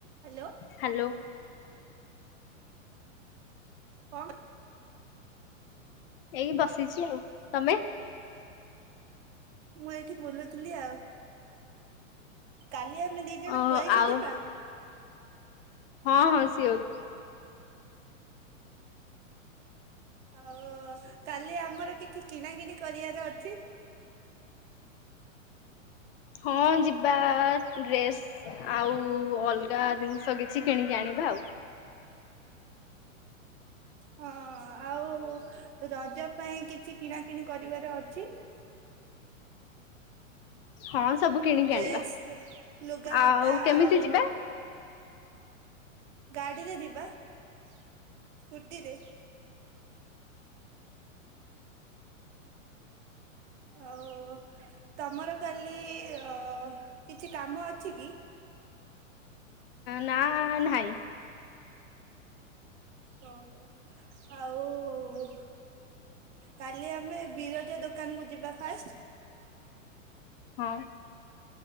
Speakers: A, on the right; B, on the left.
A: Hello.
B: Hello.
A: କଣ?
B: ଏଇ ବସିଚି ଆଉ, ତମେ?
A: ମୁଁ ଏଇଠି ବୁଲୁଥିଲି ଆଉ କାଲି ଆମେ ଦି ଜଣ
B: ଓ
A: କୁଆଖିଆ
B: ଆଉ
A: ଯିବା?
B: ହଁ ହଁ ଶିଓର।
A: ଆଉ କାଲି ଆମର କିଥି କିଣା କିିଣି କରିବାର ଅଛି?
B: ହଁ ଯିବା ଆ ଡ୍ରେସ୍ ଆଉ ଅଲଗା ଜିନିଷ କିଛି କିଣିକି ଆଣିବା ଆଉ।
A: ହଁ ଆଉ ରଜ ପାଇଁ କିଛି କିଣାକିଣି କରିବାର ଅଛି।
B: ହଁ ସବୁ। କିଣିକି
A: ଡ୍ରେସ୍
B: ଆଣିବା
A: ଲୁଗା
B: ଆଉ
A: ପଟା
B: କେମିତି
A: ଆଉ
B: ଯିବା
A: ଗାଡ଼ିରେ ଯିବା ସ୍କୁୁଟି ରେ। ଆଉ ତମର କାଲି ଅ କିଛି କାମ ଅଛି କି?
B: ନା ନାହିଁ।
A: ଓହୋ ଆଉ କାଲି ଆମେ ବିରଜା ଦୋକାନ କୁ ଯିବା ଫାଷ୍ଟ
B: ହଁ